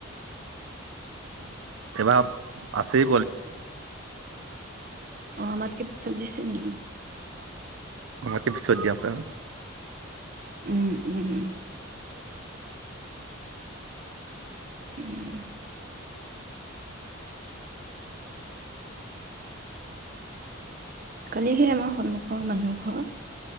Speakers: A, on the right (about 80°); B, on the right (about 40°).
A: এইবাৰ আছে
B: অঁ আৰু কি চব্জিছে নি
A: আমাৰতে পিছত দিয়ক
B: উম উম উম উম কালি সে আমাৰ সন্মুখৰ মানুহ ঘৰ